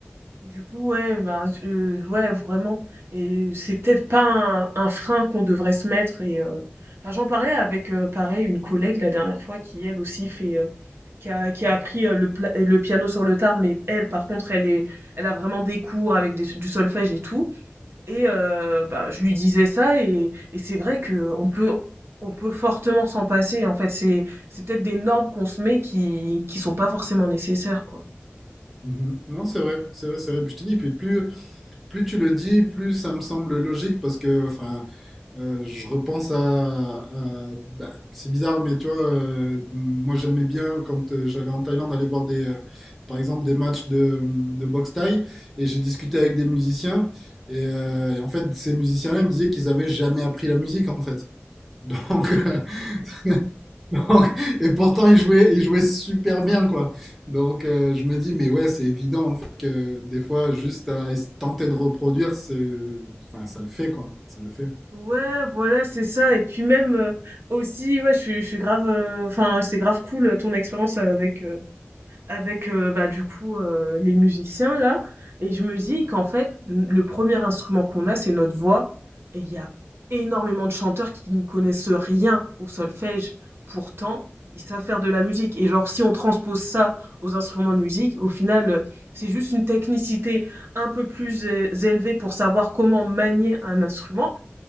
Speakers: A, on the right (about 65°); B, in the centre.
A: Du coup, ouais, ben, heu, ouais, vraiment et c'est peut-être pas un un frein qu'on devrait se mettre et heu, enfin, j'en parlais avec, heu, pareil, une collègue la dernière fois qui, elle aussi, fait, heu, qui a qui a appris, heu, le pla le piano sur le tard mais elle, par contre, elle est elle a vraiment des cours avec des du solfège et tout et heu, bah, je lui disais ça et et c'est vrai que on peut on peut fortement s'en passer en fait. C'est c'est peut-être des normes qu'on se met qui qui sont pas forcément nécessaires, quoi.
B: Mhm. Non, c'est vrai, c'est vrai, c'est vrai. Puis Je te dis, puis plus, plus tu le dis, plus ça me semble logique parce que, enfin, euh, je repense à. à- bah, c'est bizarre, mais tu vois, euh, moi j'aimais bien quand euh, j'allais en Thaïlande aller voir des, euh, par exemple, des matchs de, de boxe thaï et j'ai discuté avec des musiciens. Et, euh, et en fait, ces musiciens-là ils me disaient qu'ils avaient jamais appris la musique en fait. Donc, <laughs> Donc, et pourtant, il jouait, il jouait super bien, quoi. Donc, euh, je me dis, mais ouais, c'est évident, en fait, que des fois, juste à es- tenter de reproduire, c'est, enfin, ça le fait, quoi. Ça le fait.
A: Ouais, voilà, c'est ça et puis même, heu, aussi, ouais, je suis je suis grave, heu, enfin, c'est grave cool, heu, ton expérience avec, heu avec euh, bah du coup euh, les musiciens là et je me dis qu'en fait n- le premier instrument qu'on a c'est notre voix et il y a énormément de chanteurs qui ne connaissent rien au solfège pourtant ils savent faire de la musique et genre si on transpose ça aux instruments de musique au final euh, c'est juste une technicité un peu plus euh, élevée pour savoir comment manier un instrument